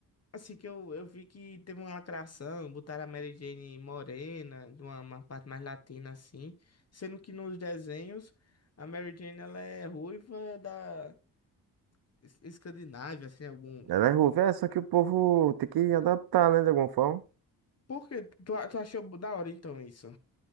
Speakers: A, on the left; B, on the right.
A: Assim, que eu, eu vi que teve uma lacração, botaram a Mary Jane morena, de uma, uma parte mais latina assim, sendo que nos desenhos a Mary Jane ela é ruiva da es- Escandinávia, assim, algum.
B: Ela é ruiva, é, só que o povo tem que adaptar, né, de alguma forma.
A: Por que tu, a- tu achou da hora então isso?